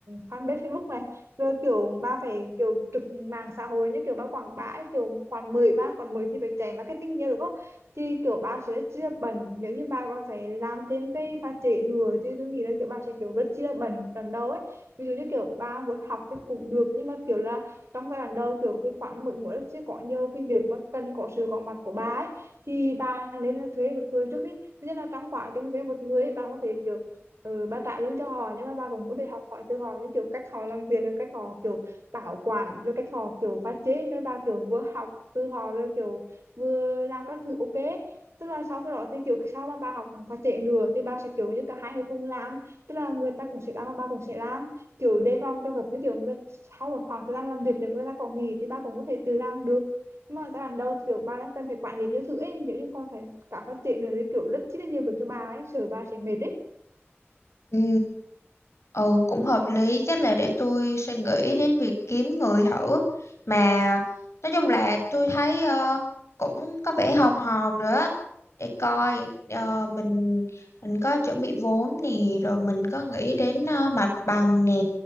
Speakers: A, on the right; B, on the left.
A: fanpage Facebook này rồi kiểu ba phải kiểu trực mạng xã hội như kiểu ba quảng bá ấy, kiểu khoảng mười ba còn 10 thì phải chạy marketing nhiều đúng không thì kiểu ba sẽ rất chi là bận nếu như ba còn phải làm thêm cái pha trễ nữa thì tôi nghĩ là kiểu ba sẽ kiểu rất chi là bận lần đầu ấy ví dụ như kiểu ba muốn học thì cũng được nhưng mà kiểu là trong giai đoạn đầu kiểu cái khoảng mỗi mỗi sẽ có nhiều cái việc mà cần có sự có mặt của bà ấy thì ba nên là thuê một người trước đi thứ nhất là trong quá trình thuê một người ấy, bà có thể kiểu ừ, ba trả lương cho họ nhưng mà ba cũng có thể học hỏi từ họ những kiểu cách họ làm việc rồi cách họ kiểu bảo quản rồi cách họ kiểu pha chế rồi ba kiểu vừa học từ họ rồi kiểu vừa làm các thứ ok tức là sau cái đó thì kiểu sau mà ba học pha chế nữa thì ba sẽ kiểu như cả hai người cùng làm tức là người ta cũng sẽ làm và ba cũng sẽ làm kiểu đề phòng trường hợp như kiểu người sau một khoảng thời gian làm việc nếu người ta có nghỉ thì ba cũng có thể tự làm được nhưng mà giai đoạn đầu thì kiểu ba đang cần phải quản lý nhiều thứ ấy nếu như con phải cả phát triển nữa thì kiểu rất chi là nhiều việc cho ba ấy sợ ba sẽ mệt ấy
B: Ừ. Ừ cũng hợp lý chắc là để tôi suy nghĩ đến việc kiếm người thử mà nói chung là tôi thấy ờ, cũng có vẻ hòm hòm nữa á để coi ờ, mình mình có chuẩn bị vốn nè rồi mình có nghĩ đến ờ, mặt bằng nè